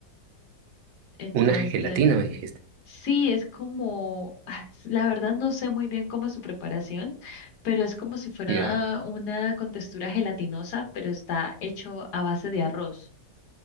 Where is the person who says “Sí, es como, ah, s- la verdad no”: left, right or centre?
Left